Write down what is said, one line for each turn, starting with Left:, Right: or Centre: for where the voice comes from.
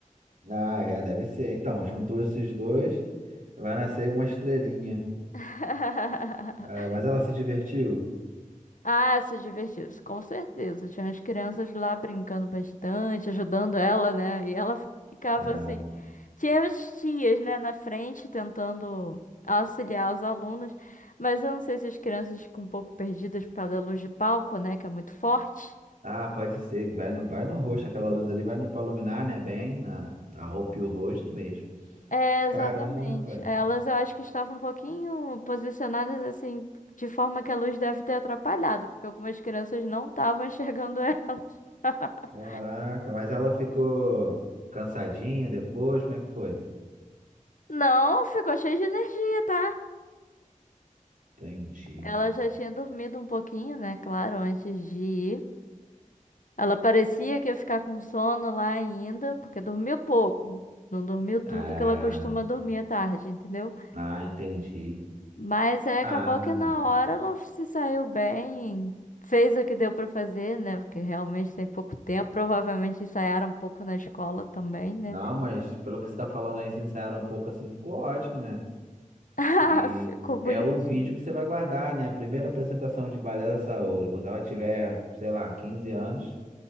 Right: Ah, é, deve ser. Então, juntou esses dois, vai nascer uma estrelinha.
Left: <laughs>
Right: Ah, mas ela se divertiu?
Left: Ah, se divertiu, isso, com certeza. Tinha as crianças lá brincando bastante, ajudando ela, né? E ela ficava
Right: Ah,
Left: assim. Tinha as tias, né, na frente tentando auxiliar os alunos, mas eu não sei se as crianças ficam um pouco perdidas por causa da luz de palco, né, que é muito forte.
Right: ah, pode ser, que vai no, vai no rosto, aquela luz ali vai no, pra iluminar, né? Bem, na, a roupa e o rosto mesmo.
Left: É,
Right: Caramba,
Left: exatamente. Elas eu acho que estavam um pouquinho posicionadas assim, de forma que a luz deve ter atrapalhado, porque algumas crianças não estavam enxergando elas. <laughs>
Right: caraca, mas ela ficou cansadinha depois, como é que foi?
Left: Não, ficou cheio de energia, tá?
Right: Entendi.
Left: Ela já tinha dormido um pouquinho, né? Claro, antes de ir. Ela parecia que ia ficar com sono lá ainda, porque dormiu pouco. Não dormiu
Right: Ah,
Left: tudo que ela costuma dormir à tarde, entendeu?
Right: ah, entendi.
Left: Mas aí acabou
Right: Ah,
Left: que na hora ela se saiu bem, fez o que deu pra fazer, né? Porque realmente tem pouco tempo. Provavelmente ensaiaram um pouco na escola também, né?
Right: não,
Left: <laughs>
Right: mas pelo que você tá falando aí, se ensaiaram um pouco assim, ficou ótimo, né?
Left: Ah,
Right: E
Left: ficou bonitinho.
Right: é o vídeo que você vai guardar, né? A primeira apresentação de balé da Saori, quando ela tiver, sei lá, 15 anos,